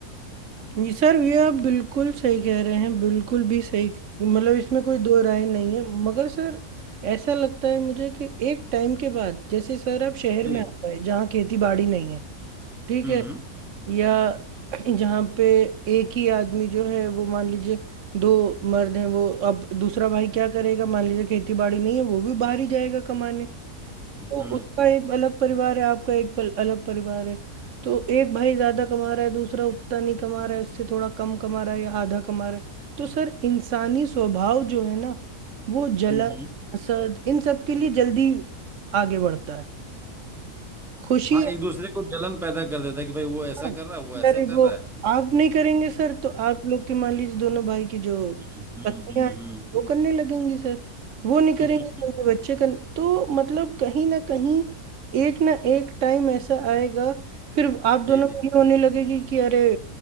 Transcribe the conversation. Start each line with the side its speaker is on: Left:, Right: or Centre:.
Right: जी सर, ये आप बिल्कुल सही कह रहे हैं बिल्कुल भी सही मतलब इसमें कोई दो राय नहीं है मगर सर ऐसा लगता है मुझे कि एक टाइम के बाद जैसे सर आप शहर
Centre: जी
Right: में आ गए जहाँ खेती बाड़ी नहीं है ठीक
Centre: हम्म
Right: है
Centre: हम्म
Right: या <clears throat> जहाँ पे एक ही आदमी जो है वो मान लीजिए दो मर्द हैं वो अब दूसरा भाई क्या करेगा मान लीजिए खेती बाड़ी नहीं है वो भी बाहर ही जाएगा कमाने तो
Centre: हम्म
Right: उसका एक अलग परिवार है आपका एक पल, अलग परिवार है तो एक भाई ज्यादा कमा रहा है दूसरा उतना नहीं कमा रहा है उससे थोड़ा कम कमा रहा है या आधा कमा रहा है तो सर इंसानी स्वभाव जो है ना वो जलन
Centre: हम्म हम्म।
Right: हसद इन सब के लिए जल्दी आगे बढ़ता है खुशी
Centre: हाँ एक दूसरे को जलन पैदा कर देता है कि भाई वो ऐसा
Right: हाँ,
Centre: कर रहा है वो ऐसा
Right: अरे
Centre: कर
Right: वो
Centre: रहा है
Right: आप नहीं करेंगे सर तो आप लोग के मान लीजिए दोनों भाई की जो
Centre: हम्म हम्म
Right: पत्नियां हैं
Centre: हम्म
Right: वो करने लगेंगी सर वो नहीं करेंगे
Centre: <laughs> हम्म।
Right: तो उनके बच्चे कर तो मतलब कहीं ना कहीं एक ना एक टाइम ऐसा आएगा फिर आप दोनों
Centre: जी जी
Right: में ये होने लगेगी कि अरे